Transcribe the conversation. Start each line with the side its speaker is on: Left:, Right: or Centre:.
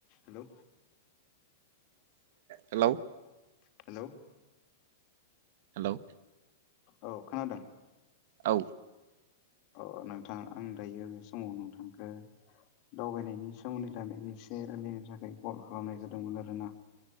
Left: hello
Right: hello
Left: hello
Right: hello
Left: औ खोनादों
Right: औ
Left: अ नोंथां आं दायो बे समाव नोंथांखौ दावबायनायनि सोमोन्दै थाखाय एसे रायलायनो थाखाय कल खालामनाय जादोंमोन आरोना